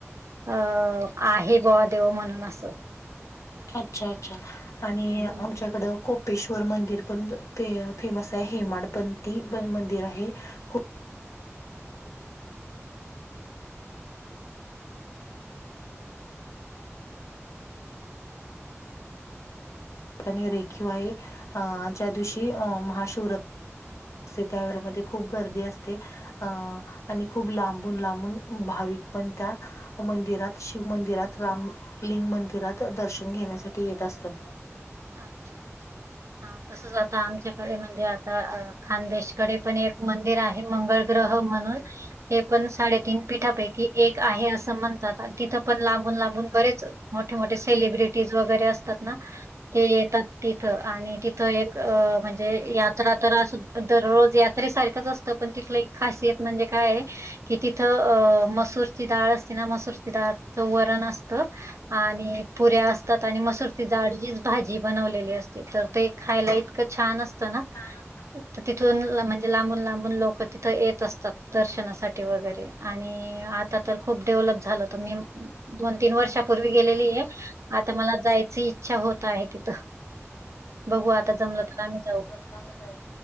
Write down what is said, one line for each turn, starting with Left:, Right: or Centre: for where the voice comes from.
Right: अ आहे बवा देेव म्हणून असं.
Left: अच्छा अच्छा आणि
Right: हं.
Left: आमच्याकड को कपेश्वर मंदिर पणे फेमस आहे हेमाड पंथी मंदिर आहे. खूप आणि रेखीव आहे ज्या दिवशी महाशिव रात्र असते त्या मध्ये खूप गर्दी असते. अं आणि खूप लांबून लांबून भाविक पण त्या मंदिरात शिव मंदिरात रामलिंग मंदिरात दर्शन घेण्यासाठी येत असतात.
Right: अच्छा अच्छा हा तसच आता आमच्या म्हणजे आता खानदेशकडे पण एक मंदिर आहे मंगळ ग्रह म्हणून एक पण साडेतीन पिठापैकी एक आहे असं म्हणतात तिथं पण लांबून लांबून बरेच मोठे मोठे सेलिब्रिटीज वगैरे असतात ना. ते येतात तिथ आणि तिथ एक म्हणजे यात्रा तर अस दररोज यात्रेसारखंच असतं पण तिथलं एक खासियत म्हणजे काय आहे. कि तिथं अ मसूरची डाळ असती ना मसूरची डाळच वरण असतं आणि पुऱ्या असतात आणि मसूरती जाड ही भाजी बनवलेली असते तर ते खायला इतकं छान असतं ना.
Left: छान असतं ना.
Right: तर तिथून म्हणजे लांबून लांबून लोक तिथं येत असतात दर्शनासाठी वगैरे. आणि आता तर खूप डेव्हलप झालं तर मी दोन तीन वर्षापूर्वी गेलेली आहे आता मला जायची इच्छा होत आहे तिथं बघू आता जमलं तर आम्ही जाऊ.
Left: लागकरव